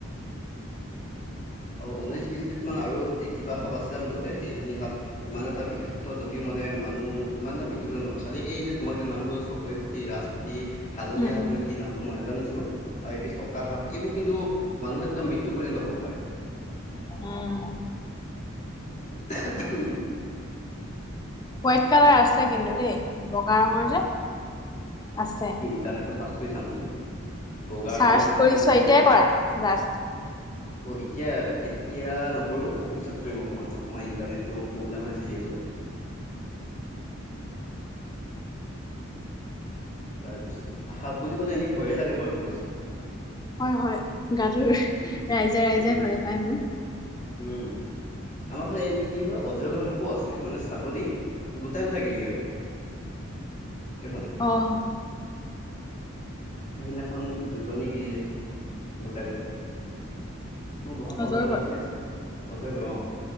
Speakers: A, on the left; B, on the left.
A: আৰু ঊনৈশ বিচবিধ মান আৰু কিবা সাপ আছে মুঠতে সেইখিনি সাপ ইমান এটা বিষাত্ত যদিও মানে, মানুহ ইমান এটা মৃত্যু বোলে নহয় খালি এই যে তোমাক যে নাম কৰ চকৰি ফেটি, ৰাজ ফেতি, হালধীয়া
B: উম
A: সাপ,
B: উম
A: মই কি নামটো মই নোজানিছো আৰু এবিধ থকা সাপ এইবোৰ কিন্তু মানুহ এদম মৃত্যু পৰ্য হব পাৰে।
B: উম।
A: উম <unintelligible>
B: হোৱাইট কালাৰ আছে কিন্তু দেই। বগা ৰঙৰ যে আছে।
A: ইটাৰনেটৰ চাৰ্চ কৰি চামচোন, বগা
B: চাৰ্চ
A: ৰঙৰ সাপনো
B: কৰি চোৱা
A: কি
B: এতিয়াই
A: আছে!
B: কৰা জাষ্ট
A: অঁ এতিয়া, এতিয়া নকৰো। অকমান পিছত কৰিম অকমান অকণমান ইণ্টাৰনেটো প্ৰব্লেম হৈ আছে যিহেতু তাৰপিছত সাপ বুলি ক'লে এনেই ভয়ে লাগে বাৰু এবোৰ বস্তু
B: হয় হয় গাটো, ৰাইজাই
A: উম
B: ৰাইজাই
A: উম
B: কৰে পায় মোৰ।
A: উম। আমাৰ ফালে এ কি হয় অজগৰ সাপো আছে। মানে ছাগলী গোটাই গোটাই গিলি ৰাখে। এফালে।
B: অহ,
A: সেইদিনাখন দুজনী গিলিলে, গোটা গোটাই। মোৰ বহাৰ পৰা
B: অজগৰ
A: অলপমান আগতে আছে, অজগৰ অঁ।